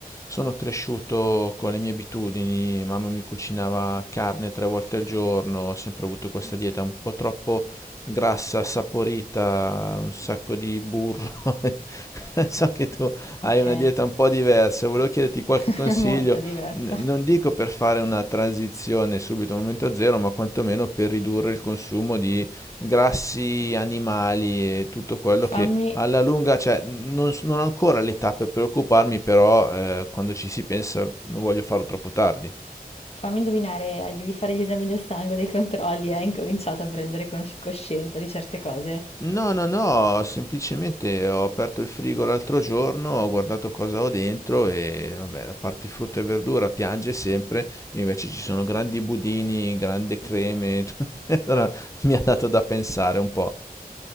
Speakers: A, on the left; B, on the left.
A: sono cresciuto con le mie abitudini, mamma mi cucinava carne tre volte al giorno, ho sempre avuto questa dieta un po' troppo grassa, saporita, un sacco di burro. <laughs> So che tu
B: Ok,
A: hai una dieta un po' diversa, volevo chiederti qualche
B: <laughs>
A: consiglio,
B: molto diversa.
A: n- non dico per fare una transizione subito al momento zero, ma quantomeno per ridurre il consumo di grassi animali e tutto quello
B: Fammi,
A: che alla lunga, cioè, non, s- non ho ancora l'età per preoccuparmi, però eh, quando ci si pensa non voglio farlo troppo tardi.
B: fammi indovinare, eh, devi fare gli esami del sangue, dei controlli, e hai incominciato a prendere cos- coscienza di certe cose.
A: No, no, no, semplicemente ho aperto il frigo l'altro giorno, ho guardato cosa ho dentro e vabbè, la parte frutta e verdura piange sempre, invece ci sono grandi budini, grandi creme, tutto. <laughs> Allora mi ha dato da pensare un po'.